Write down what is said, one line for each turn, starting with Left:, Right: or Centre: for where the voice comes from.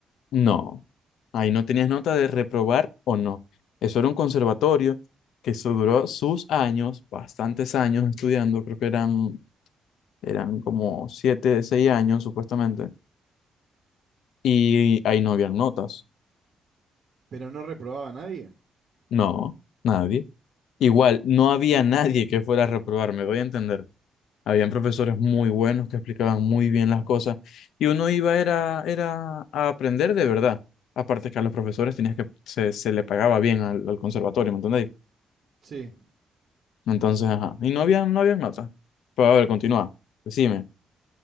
Left: no. Ahí no tenías nota de reprobar o no. Eso era un conservatorio que eso duró sus años, bastantes años estudiando, creo que eran, eran como siete, seis años supuestamente. Y ahí no habían notas.
Right: Pero no reprobaba a nadie.
Left: No, nadie. Igual, no había nadie que fuera a reprobar, me doy a entender. Habían profesores muy buenos que explicaban muy bien las cosas y uno iba era, era a aprender de verdad. Aparte que a los profesores tenías que se, se le pagaba bien al, al conservatorio, ¿me entendéis?
Right: Sí.
Left: Entonces, ajá. Y no había, no había notas. Pero a ver, continúa. Decime.